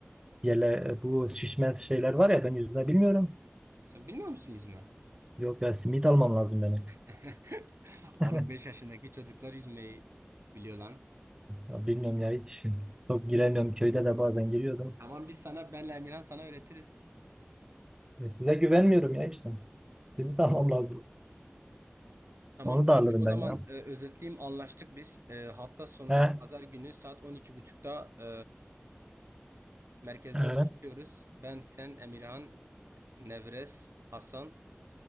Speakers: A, on the right; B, on the right.
A: yele, bu şişme şeyler var ya ben yüzme bilmiyorum.
B: Sen bilmiyor musun yüzme?
A: Yok ya simit almam lazım benim.
B: <laughs> Oğlum
A: <laughs>
B: 5 yaşındaki çocuklar yüzmeyi biliyor lan.
A: Ya bilmiyorum ya hiç. Çok giremiyorum. Köyde de bazen giriyordum.
B: Tamam biz sana benle Emirhan sana öğretiriz.
A: E, Size güvenmiyorum ya işte. Simit almam lazım.
B: Tamam
A: Onu
B: kanka
A: da alırım
B: o zaman
A: ben ya.
B: e, özetleyeyim anlaştık biz. E, hafta sonu
A: He,
B: pazar günü saat 12.30'da e, merkezde
A: he,
B: buluşuyoruz. Ben, sen, Emirhan, Nevres, Hasan.